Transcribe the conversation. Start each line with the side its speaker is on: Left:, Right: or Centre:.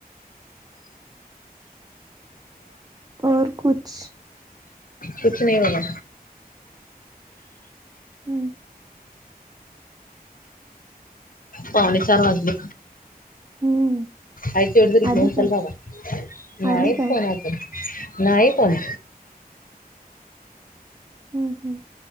Right: और कुछ?
Left: कुछ नहीं होगा.
Right: हम्.
Left: पावणे चार वाजले.
Right: हम्म.
Left: आय ते एवढ तरी
Right: आली
Left: घेऊन
Right: काय
Left: चल बाबा, नाही
Right: आली काय?
Left: फोण आता, नाही फोन
Right: हम् हम्.